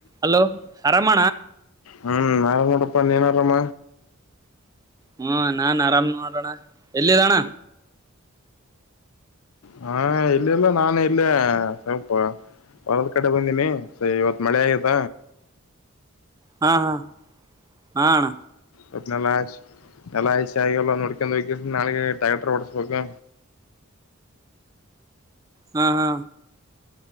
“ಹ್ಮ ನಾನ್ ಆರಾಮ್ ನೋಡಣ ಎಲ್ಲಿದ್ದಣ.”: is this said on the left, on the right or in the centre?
Right